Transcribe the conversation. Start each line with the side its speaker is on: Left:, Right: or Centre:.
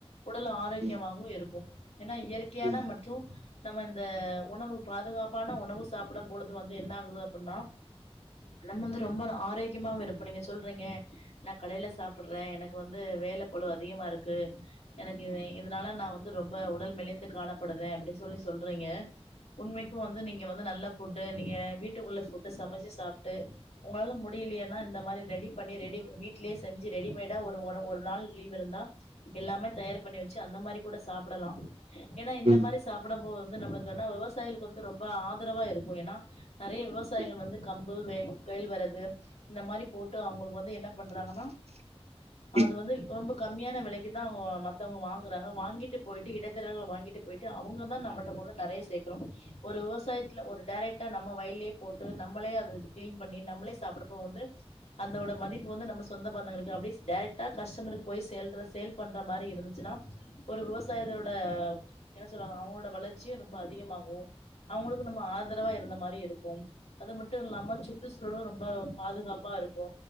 Left: உடல் ஆரோக்கியமாவு
Right: ம்
Left: இருக்கு ஏன்னா இயற்கையான
Right: ம் ம்
Left: மற்று நம்ம இந்த உணவு பாதுகாப்பான உணவு சாப்பிடு பொழுது வந்து என்ன ஆகுது அப்டின்னா நம்ம வந்து ரொம்ப ஆரோக்கியமாவு இருப்போ நீங்க சொல்றீங்க நா கடையில சாப்ட்டுறே எனக் கு வந்து வேல பழு அதிகமா இருக்கு எனக்கு இது இதனால நா வந் து ரொம்ப உடல் மெலிந்து காணப்படுறே அப்டின்னு சொல்லி சொல்றீங்க உண்மைக்கு வந்து நீங்க வந்து நல்ல ஃபுட்டு நீங்க வீட்டுக்குள்ள ஃபுட்டு சமச்சு சாப்ட்டு உங்களால முடியலையேன்னா இந்த மாரி ரெடி பண்ணி ரெடி வீட்டுலேயே செஞ்சு ரெடிமேடா ஒரு ஒரு ஒரு நாள் லீவ் இருந்தா எல்லாமே தயார் பண்ணி வச்சு அந்த மாரி கூட சாப்டலா ஏன்னா இந்த
Right: ம் ம்
Left: மாரி சாப்ட்ட போது வந்து நம்மளுக்கு என்ன விவசாயிகளுக்கு வந்து ரொம்ப ஆதரவா இருக்கு ஏன்னா நறைய விவசாயிகள்
Right: ம்
Left: வந்து கம்பு வே கோழ்வரகு இந்த மாரி போட்டு அவுங்களுக்கு வந்து என்ன பண்றாங்கன்னா
Right: ம்
Left: அது வந்து ரொம்ப கம்மியான விலைக்கு தா அவுங்க மத்தவங்க வாங்கு றாங்க வாங்கிட்டு போய்ட்டு இடைத்தரர்கள் வாங்கிட்டு போய்ட்டு அவுங்க தா நம்மள்ட கொண்டு நறைய சேக்கறோ ஒரு விவசாயத்துல ஒரு ட்ரைக்டா நம்ம வயல்லே போட்டு நம்மளே அத இது கிளீன் பண்ணி நம்மளே சாப்ட்டப்போ வந்து அந்தோட மதிப்பு வந்து நம்ம சொந்த பந்தங்களுக்கு அப்டி ட்ரைக்டா கஸ்டமருக்கு போய் சேல்ற சேல் பண்ற மாரி இருந்துச்சுன்னா ஒரு விவசாயத்தோட என்ன சொல்லுவாங்க அவுங்களோட வளர்ச்சியு ரொம்ப அதிகமாகு அவுங்களுக்கு நம்ம ஆதரவா இருந்த மாரி இருக்கு அது மட்டு இல்லாம சுற்றுச்சூழலு ரொம்ப பாதுகாப்பாருக்